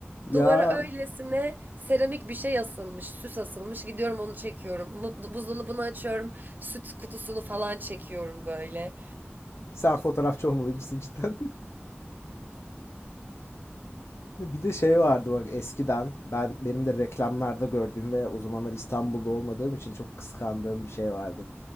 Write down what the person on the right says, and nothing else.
duvara öylesine seramik bir şey asılmış, süs asılmış. Gidiyorum onu çekiyorum. Mu- Buzdolabını açıyorum, süt kutusunu falan çekiyorum böyle.